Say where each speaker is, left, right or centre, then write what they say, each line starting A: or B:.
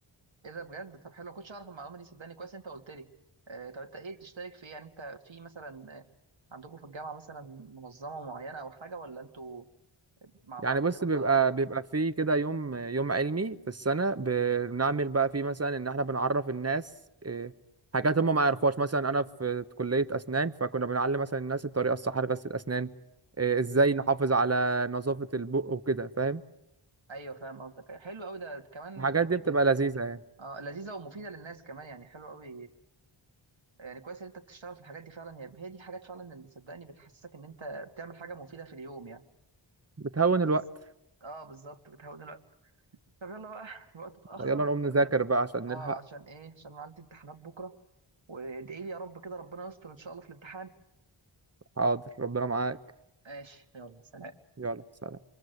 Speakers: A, on the right; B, on the right.
A: إيه ده بجد طب حلو ما كنتش أعرف المعلومة دي صدقني كويس أنت قلت لي آه، طب أنت إيه بتشترك في إيه يعني أنت في مثلا آه، عندكم في الجامعة مثلا منظمة معينة أو حاجة ولا أنتوا مع
B: يعني
A: بعض
B: بص
A: كده
B: بيبقى
A: طلبة؟
B: بيبقى فيه كده يوم يوم علمي في السنة بنعمل بقى فيه مثلا ان احنا بنعرف الناس إيه، حاجات هم ما يعرفوهاش مثلا انا في كلية اسنان فكنا بنعلم مثلا الناس الطريقة الصح لغسل الاسنان إيه، ازاي نحافظ على نظافة البق وكده فاهم
A: ايوه فاهم قصدك أيوة، حلو قوي ده كمان
B: الحاجات دي بتبقى
A: يعني
B: لذيذة يعني
A: اه لذيذه ومفيده للناس كمان يعني حلو قوي يعني كويس ان انت بتشتغل في الحاجات دي فعلا هي هي دي الحاجات فعلا اللي صدقني بتحسسك ان انت بتعمل حاجه مفيده في اليوم يعني
B: بتهون
A: بس
B: الوقت
A: اه بالظبط بتهون الوقت طب يلا بقى الوقت اتاخر
B: يلا نقوم نذاكر بقى عشان
A: اه
B: نلحق
A: عشان ايه عشان أنا عندي امتحانات بكره وادعي لي يا رب كده ربنا يستر ان شاء الله في الامتحان
B: حاضر ربنا معاك
A: ماشي يلا سلام
B: يلا سلام